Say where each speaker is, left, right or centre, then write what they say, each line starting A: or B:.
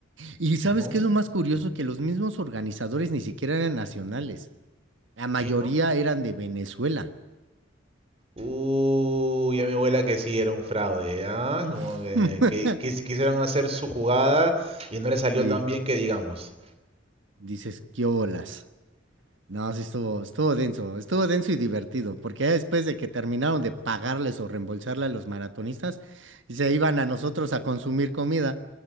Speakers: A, on the right; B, on the right.
A: Y ¿sabes
B: No.
A: qué es lo más curioso? Que los mismos organizadores ni siquiera eran nacionales. La mayoría
B: ¿Sí, no?
A: eran de Venezuela.
B: Uh, ya me abuela que sí era un fraude, ¿ah?
A: <laughs>
B: Como que, que quis- quisieron hacer su jugada y no le salió
A: Sí,
B: tan bien que digamos.
A: dices, qué bolas. No, sí estuvo, estuvo denso, estuvo denso y divertido, porque ya después de que terminaron de pagarles o reembolsarle a los maratonistas, se iban a nosotros a consumir comida.